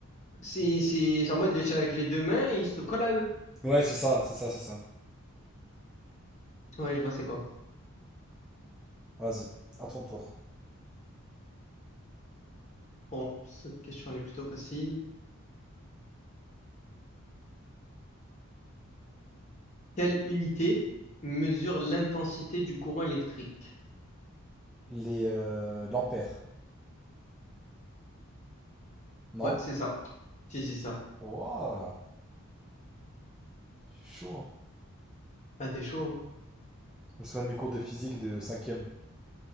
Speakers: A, on the left; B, in the centre.
A: C'est, c'est, c'est en mode, ils le tiennent avec les deux mains et ils se le collent à eux.
B: Ouais, c'est ça, c'est ça, c'est ça.
A: Ouais, je vois, c'est quoi.
B: Vas-y, à ton tour.
A: Bon, cette question, elle est plutôt facile. Quelle unité mesure l'intensité du courant électrique?
B: Les euh, l'ampère. Non?
A: Ouais, c'est ça. Si, si, ça.
B: Waouh, c'est chaud. hein.
A: Ah, t'es chaud. hein.
B: Je me souviens de mes cours de physique de cinquième.